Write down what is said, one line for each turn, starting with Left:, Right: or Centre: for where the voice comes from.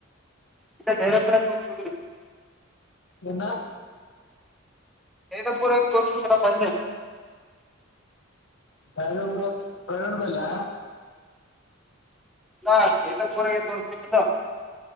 Centre: ತ್ತೆ ಬೈರಾಪುರ ತೋರ್ಸ್ ಬೇಕಿನ್ನು.
Left: ಎನ್ನ
Centre: ವೇದಾಪುರನು ತೋರ್ಸ್ ಬಿಡ್ತಿನಪ್ಪ ಅಂದೆ.
Left: ಯಾರೇ ಊರು <unintelligible> ಬಯ್ಲಾ.
Centre: ನಾ ಕೆಟ್ಟಪುರಯ್ಯ ತೋರ್ಸ್ಬೆಕಿತ್ತು.